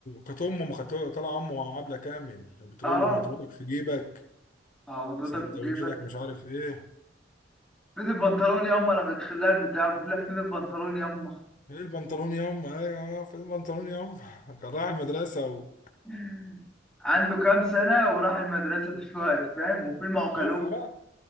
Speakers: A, on the left; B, in the centre.
A: كانت امه ما كانت طالع عمه مع عبلة كامل بتقول
B: اه
A: له مضغوطك في جيبك
B: اه منطقتك
A: سندوتشاتك
B: في جيبك
A: مش عارف ايه
B: فين البنطلون ياما لما تخليها البتاع بقول لها فين البنطلون ياما
A: ايه البنطلون ياما ايوه آه، فين البنطلون ياما <laughs> كان رايح المدرسة و...
B: <laughs> عنده كام سنة وراح المدرسة دلوقتي فاهم وفيلم عوكلو
A: شوف اه